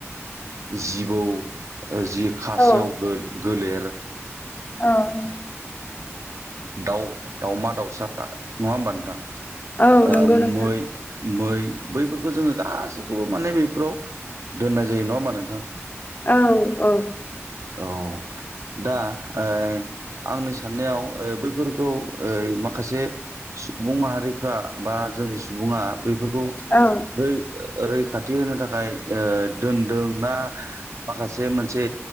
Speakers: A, on the right (about 80°); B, on the left (about 35°).
A: जिबौ जि खासेयाव
B: औ
A: गो गोलेर
B: औ
A: दाउ दाउमा दाउसा नङा होमबा नोंथां
B: औ
A: ओ
B: नंगौ नोंथां
A: मै मै बैफोरखौ जोङो गासैखौबो माने बेफ्राव दोननाय जायो नङा होमबा नोंथां
B: औ औ
A: औ दा ओइ आंनि साननायाव ओ बैफोरखौ ओ माखासे सुबुं माहारिफ्रा बा जोंनि सुबुङा बेफोरखौ
B: औ
A: बै रैखाथि होनो थाखाय ओ दोनदों ना माखासे मोनसे